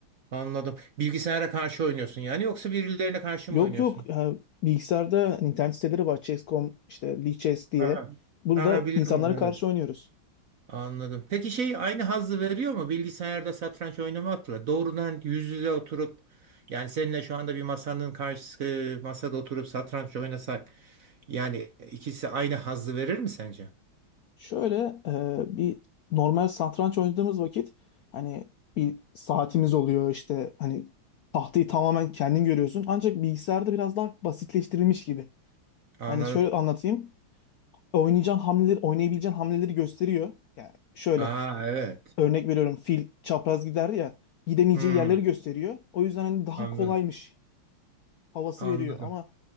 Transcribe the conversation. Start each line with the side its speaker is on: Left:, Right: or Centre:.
Right: anladım. Bilgisayara karşı oynuyorsun yani yoksa birilerine karşı mı
Left: Yok
Right: oynuyorsun?
Left: yok Ha, bilgisayarda hani internet siteleri var Chess.com işte Lee Chess diye.
Right: Aha.
Left: Burada
Right: Aha biliyorum
Left: insanlara
Right: onları.
Left: karşı
Right: evet.
Left: oynuyoruz.
Right: Anladım. Peki şey aynı hazzı veriyor mu bilgisayarda satranç oynamakla? Doğrudan yüz yüze oturup yani seninle şu anda bir masanın karşısı masada oturup satranç oynasak yani ikisi aynı hazzı verir mi sence?
Left: Şöyle e, bir normal satranç oynadığımız vakit hani bir saatimiz oluyor işte hani tahtayı tamamen kendin görüyorsun. Ancak bilgisayarda biraz daha basitleştirilmiş gibi.
Right: Anladım.
Left: Hani şöyle anlatayım. Oynayacağın hamleleri, oynayabileceğin hamleleri gösteriyor. Yani şöyle
Right: Aa evet.
Left: örnek veriyorum fil çapraz gider ya gidemeyeceği
Right: Hmm,
Left: yerleri gösteriyor. O yüzden hani daha
Right: anladım.
Left: kolaymış havası
Right: Anladım.
Left: veriyor ama